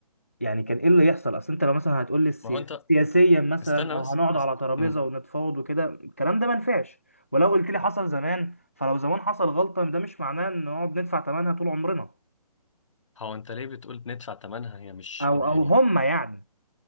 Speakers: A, on the left; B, on the left.
A: يعني كان ايه اللي يحصل اصل انت لو مثلا هتقول لي السيا-
B: ما هو انت
A: سياسيا مثلا
B: استنى
A: او
B: بس
A: هنقعد
B: است...
A: على ترابيزة
B: مم.
A: ونتفاوض وكده الكلام ده ما ينفعش ولو قلت لي حصل زمان فلو زمان حصل غلطة ده مش معناه ان نقعد ندفع ثمنها طول عمرنا
B: هو انت ليه بتقول ندفع ثمنها هي مش
A: او
B: يعني
A: او هم يعني